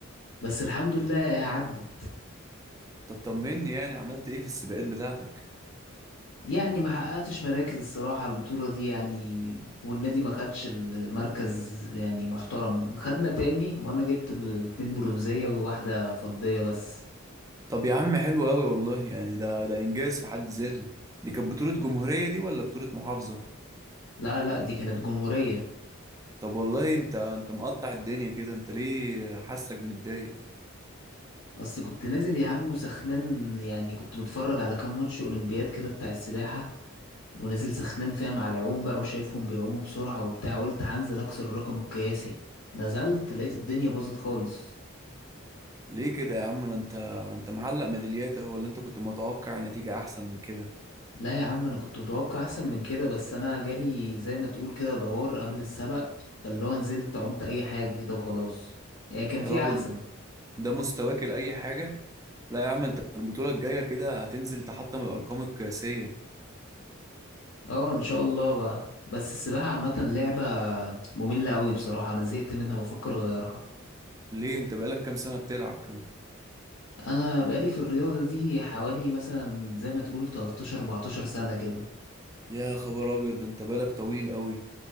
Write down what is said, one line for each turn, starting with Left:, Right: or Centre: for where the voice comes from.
Left: بس الحمد لله عدت
Right: طب طمني يعني عملت ايه في السباقات بتاعتك
Left: يعني ما حققتش مراكز الصراحة البطولة دي يعني والنادي ما خدش المركز يعني محترم خدنا تاني وانا جبت ب- اتنين برونزية وواحدة فضية بس
Right: طب يا عم حلو قوي والله يعني ده ده انجاز في حد ذاته دي كانت بطولة جمهورية دي ولا بطولة محافظة
Left: لا لا دي كانت جمهورية
Right: طب والله انت انت مقطع الدنيا كده انت ليه حاسك متضايق
Left: اصل كنت نازل يا عم وسخنان يعني كنت متفرج على كام ماتش اولمبياد كده بتاع السباحة ونازل سخنان فيها مع العوم بقى وشايفهم بيعوموا بسرعة وبتاع قلت هنزل اكسر الرقم القياسي نزلت لقيت الدنيا باظت خالص
Right: ليه كده يا عم ما انت ما انت معلق ميداليات اهو ولا انت كنت متوقع نتيجة احسن من كده
Left: لا يا عم انا كنت متوقع احسن من كده بس انا جالي زي ما تقول كده دوار قبل السبق فاللي هو نزلت عمت اي حاجة كده وخلاص يعني كان في
Right: يا راجل
Left: احسن
Right: ده مستواك لأي حاجة لا يا عم انت البطولة الجاية كده هتنزل تحطم الأرقام القياسية
Left: اه ان شاء الله بقى بس السباحة عامة لعبة مملة قوي بصراحة انا زهقت منها بفكر اغيرها
Right: ليه انت بقالك كام سنة بتلعب كده
Left: انا بقالي في الرياضه دي حوالي مثلا زي ما تقول 13 14 سنه كده
Right: يا خبر أبيض ده انت بقالك طويل قوي